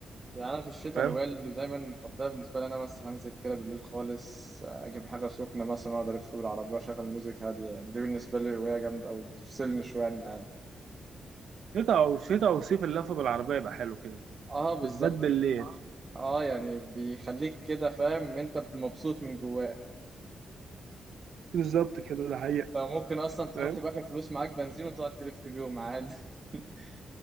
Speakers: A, on the right; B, on the right.
A: يعني انا في الشتاء
B: فاهم
A: الهوايه اللي دايما مفضله بالنسبه لي انا مثلا انزل كده بالليل خالص اجيب حاجه سخنه مثلا واقعد الف بالعربيه واشغل ميوزك هاديه يعني دي بالنسبه لي هوايه جامده قوي بتفصلني شويه عن العالم
B: شتاء او شتاء او صيف اللف بالعربيه يبقى حلو كده كده
A: اه بالظبط
B: بالذات بالليل
A: اه يعني بيخليك كده فاهم ان انت مبسوط من جواك
B: بالظبط كده ده حقيقة
A: فممكن اصلا تحط
B: فاهم
A: باخر فلوس معاك بنزين وتقعد تلف بيهم عادي <laughs>